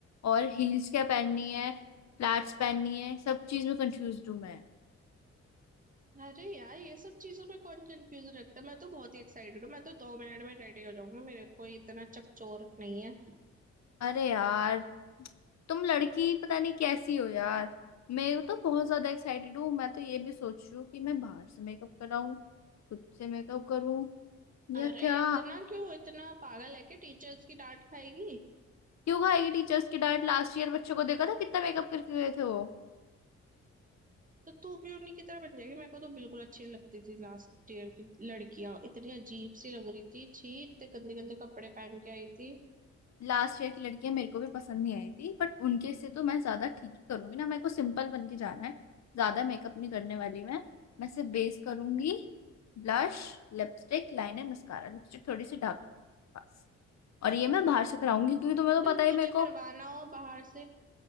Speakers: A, on the left (about 60°); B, on the right (about 25°).
A: और हील्स क्या पहननी है फ्लैट्स पहननी है सब चीज में कंफ्यूज हूँ मैं
B: अरे यार ये सब चीजों पे कौन कंफ्यूजन रखता है मैं तो बहुत ही एक्साइटेड हूँ मैं तो दो मिनट में रेडी हो जाऊंगा मेरे कोई इतना चकचोर नहीं है
A: अरे यार तुम लड़की पता नहीं कैसी हो यार मैं तो बहुत ज्यादा एक्साइटेड हूँ मैं तो ये भी सोच रही हूँ कि मैं बाहर से मेकअप कराऊं खुद से मेकअप करूं
B: अरे
A: या क्या
B: इतना क्यों इतना पागल है कि टीचर्स की डांट खाएगी
A: क्यों खाएगी टीचर्स की डांट लास्ट ईयर बच्चों को देखा था कितना मेकअप करके गए थे वो
B: तो तू भी उन्हीं की तरह बन जाएगी मेरे को तो बिल्कुल अच्छी नहीं लगती थी लास्ट ईयर की लड़कियां इतनी अजीब सी लग रही थी छी इतने गंदे गंदे कपड़े पहन के आई थी
A: लास्ट ईयर की लड़कियां मेरे को भी पसंद नहीं आई थी बट उनके से तो मैं ज्यादा ठीक ही करूंगी ना मेरे को सिंपल बन के जाना है ज्यादा मेकअप नहीं करने वाली मैं मैं सिर्फ बेस करूंगी blush lipstick liner mascara lipstick थोड़ी सी डार्क बस और ये मैं बाहर से कराऊंगी क्योंकि तुम्हें तो
B: तो
A: पता ही
B: तुझे
A: है मेरे को
B: करवाना हो बाहर से